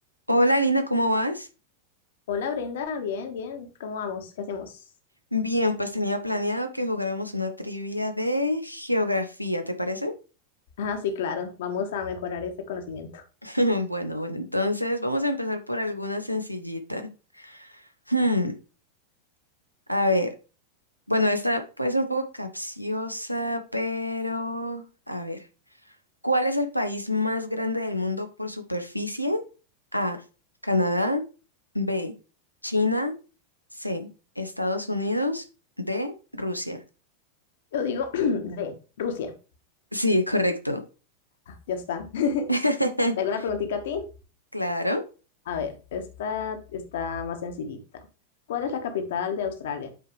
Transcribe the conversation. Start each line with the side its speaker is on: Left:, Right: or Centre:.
Right: Hola Lina, ¿cómo vas?
Left: Hola Brenda, bien, bien. ¿Cómo vamos? ¿Qué hacemos?
Right: Bien, pues tenía planeado que jugáramos una trivia de geografía, ¿te parece?
Left: Ah, sí, claro. Vamos a mejorar ese conocimiento.
Right: <laughs> Bueno, bueno, entonces vamos a empezar por alguna sencillita. Hmm, a ver, bueno, esta puede ser un poco capciosa, pero a ver, ¿cuál es el país más grande del mundo por superficie? A, Canadá, B, China, C, Estados Unidos, D, Rusia.
Left: Yo digo <clears throat> de Rusia.
Right: Sí, correcto.
Left: Ya está. <laughs>
Right: <laughs>
Left: ¿Te hago una preguntita a ti?
Right: Claro.
Left: A ver, esta está más sencillita. ¿Cuál es la capital de Australia?